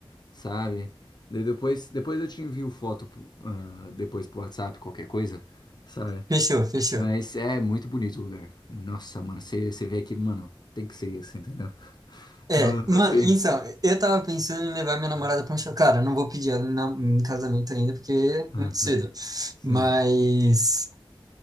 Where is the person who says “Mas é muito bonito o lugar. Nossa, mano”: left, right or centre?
Left